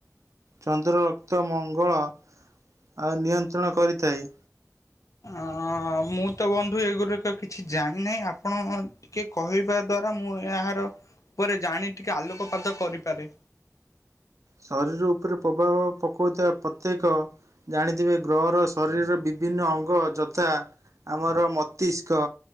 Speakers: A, on the right (about 70°); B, on the left (about 75°).
A: ଚନ୍ଦ୍ର ରକ୍ତ ମଙ୍ଗଳ ଆଉ ନିୟନ୍ତ୍ରଣ କରିଥାଏ।
B: ଅଁ ମୁଁ ତ ବନ୍ଧୁ ଏଗୁଡ଼ିକ କିଛି ଜାଣିନାହିଁ ଆପଣ ଟିକେ କହିବା ଦ୍ଵାରା ମୁଁ ଏହାର ଉପରେ ଜାଣି ଟିକେ ଆଲୋକପାତ କରିପାରେ।
A: ଶରୀର ଉପରେ ପ୍ରଭାବ ପକାଉଥିବା ପ୍ରତ୍ୟେକ ଜାଣିଥିବେ ଗ୍ରହର ଶରୀରର ବିଭିନ୍ନ ଅଙ୍ଗ ଯଥା ଆମର ମସ୍ତିଷ୍କ